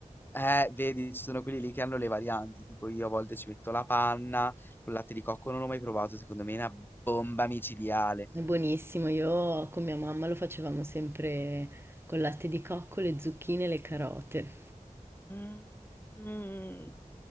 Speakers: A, on the left (about 15°); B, on the right (about 15°).
A: Eh, vedi, ci sono quelli lì che hanno le varianti, tipo io a volte ci metto la panna, col latte di cocco non l'ho mai provato, secondo me è una bomba micidiale.
B: È buonissimo, io con mia mamma lo facevamo sempre col latte di cocco, le zucchine e le carote.
A: Mhmm,